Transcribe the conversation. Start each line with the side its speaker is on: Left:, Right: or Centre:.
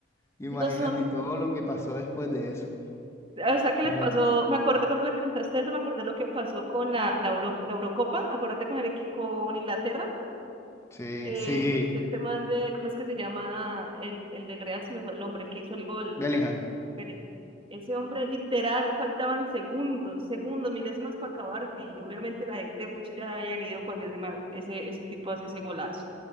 Left: imagínate
Right: no son,
Left: y todo lo que pasó después de eso.
Right: o sea, ¿qué les
Left: Ni-
Right: pasó? Me acuerdo cuando me contaste eso, me acordé lo que pasó con la, la, Euro- la Eurocopa, acuérdate con el equi- con Inglaterra,
Left: Sí,
Right: que
Left: sí,
Right: este man de, ¿cómo es que se llama? El, el del Real, se me fue el nombre, el que hizo el gol.
Left: Bellingham,
Right: Pérez. Ese hombre literal, faltaban segundos, segundos, milésimas para acabarse y obviamente la gente mucho ya habían ido cuando ese, ma- ese, ese tipo hace ese golazo.